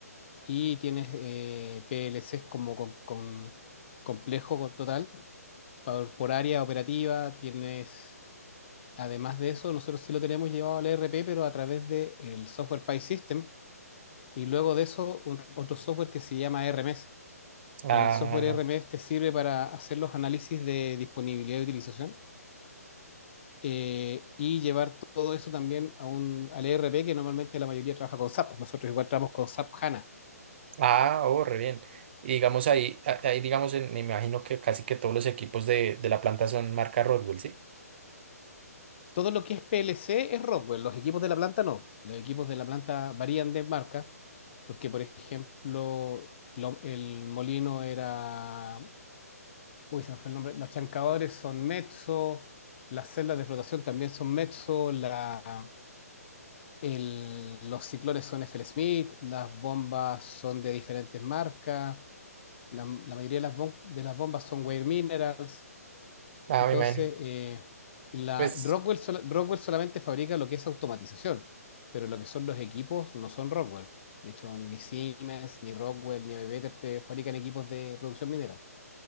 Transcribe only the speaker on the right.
Ah,
Ah, oh, re bien. Y digamos ahí, a- ahí digamos, en- me imagino que casi que todos los equipos de, de la planta son marca Rodwell, ¿sí?
Ah,
me imagino.
Pues,